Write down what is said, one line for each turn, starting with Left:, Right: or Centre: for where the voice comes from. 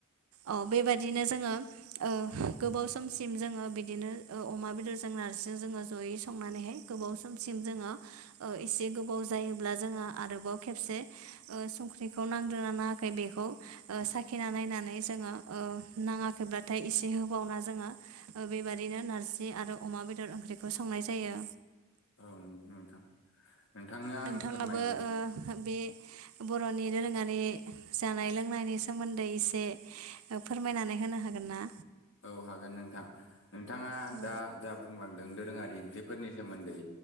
Right: औ बेबायाददिनो जोङो ओ गोबाव समसिम जोङो बिदिनो ओ अमा बेदर जा। नरजिजों जोङो जयै संनानै हाया गोबाव समसिम जोङो एसे गोबाव जायोब्ला जोङो आरोबाव खेबसे ओ संख्रिखै नां जाहाथे बेखौ साखिनानै नायनानै जोङो नाङै एसे होबावना जो बेबादिनो नारजि आरो अमा बेदर ओंख्रिखौ संनाय जायो।
Left: औ नंगौ नोंथां। नोंथांनो आं
Right: नोंथाङाबो
Left: फोरमायनोसै
Right: बे बर'नि धोरोमारि मानि जानाय लोंनायनि सोमोन्दै एसे फोरमायनानै होनो हागोन ना?
Left: औ हागोन नोंथां नोंथाङा
Right: औ
Left: दा जा बुंलांदों दोरोङारि ओंख्रिफोरनि सोमोन्दै